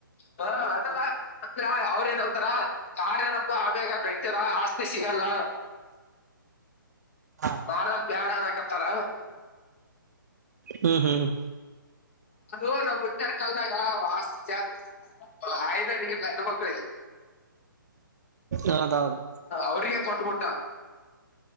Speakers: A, on the left; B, on the right.
A: ಹ ಅದೆಲ್ಲ <unintelligible> ಅವ್ರ ಏನ್ ಅಂತಾರ ಯಾರೇನಬ ಆಮೇಂಗ ನಡ್ತದ ಆಸ್ತಿ ಸಿ ಲ್ಲ
B: ಹ್ಮ್
A: ಮಾರದ್ ಬ್ಯಾಡ ಅನಕತಾರ.
B: ಹ್ಮ್ ಹ್ಮ್
A: ಅದು ನಾ ಉತ್ತರ <unintelligible> ಹಯ್ದರಿಗೆಲ್ಲಗಬ್ರ <unintelligible>
B: ಹೌದೌದು
A: ಅವ್ರಿಗೆ ಕೊಟ್ಬುಟ್ಟ.